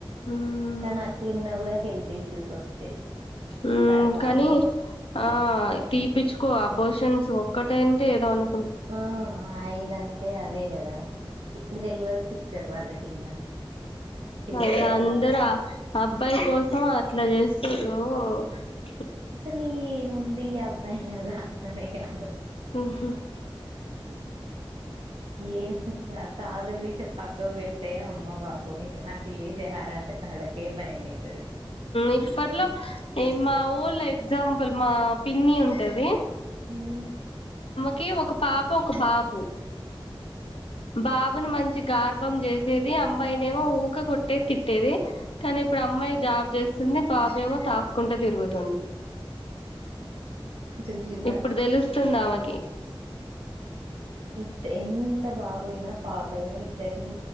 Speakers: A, on the left; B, on the right.
A: ఉమ్
B: కానీ అట్లున్నా కూడా హెల్త్ ఇష్యూస్ వస్తాయి
A: మ్మ్
B: తర్వాత
A: కానీ ఆ తీ తిప్పించుకో అబర్షన్స్ ఒక్కటి అంటే ఏదో అను
B: ఆ ఐదంటే అదే కదా ఇప్పుడు తెలవల్సి ఇస్తారు వాళ్ళకి ఇంగా ఫ్యూచర్లా
A: అదే అందర అబ్బాయి కోసం అట్లా చేస్ <unintelligible> ఉ
B: అసలీ ఏముంది ఈ అబ్బాయిలలా అర్ధమే గాదు
A: అహూ
B: ఏమి ఇక సాలు అసలు విషయం పక్క పెడితే అమ్మో బాబొయ్ వాళ్ళు చేసే ఆరాచకాలకే భయం అయితుంది
A: అప్పట్లో మా వొళ్ళు ఎగ్జాంపుల్ మా పిన్ని ఉంటది
B: అవును
A: కి ఒక పాప ఒక బాబు బాబుని మంచి గార్భం చేసేది అమ్మాయినేమో ఊకె కొట్టేది తిట్టేది కానీ ఇప్పుడు అమ్మాయి జాబ్ చేస్తుంది బాబు ఏమో తాక్కుంటా తిరుగుతుండు
B: చూసిల్లా
A: ఇప్పుడు తెలుస్తుంది ఆమెకి
B: ఇద్ద ఎంత బాబయినా పాపయినా ఇద్దరిని